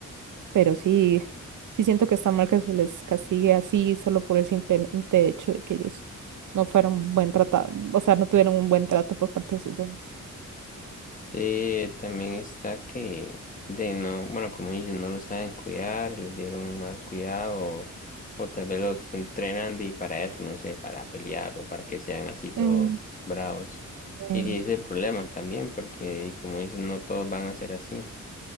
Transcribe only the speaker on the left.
Sí, también está que de no, bueno, como dicen, no los saben cuidar, les dieron un mal cuidado o, o tal vez los entrenan y para eso, no sé, para pelear o para que sean así todos
bravos.
Y ese es el problema también, porque y como dicen, no todos van a ser así.